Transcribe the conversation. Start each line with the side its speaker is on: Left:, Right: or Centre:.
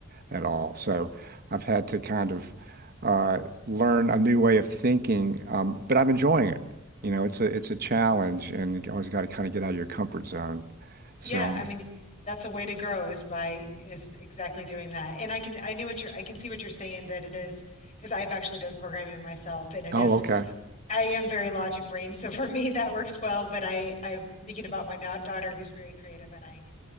Right: at all. So I've had to kind of uh, learn a new way of thinking, um, but I'm enjoying it. You know, it's a it's a challenge, and you always got to kind of get out of your comfort zone. So
Left: Yeah,
Right: I'm,
Left: I mean, that's a way to grow is by is exactly doing that. And I can I knew what you're I can see what you're saying that it is because I've actually done programming myself and it
Right: oh,
Left: is
Right: okay,
Left: I am very logic brain, so for me <laughs> that works well, but I I'm thinking about my not daughter who's very creative and I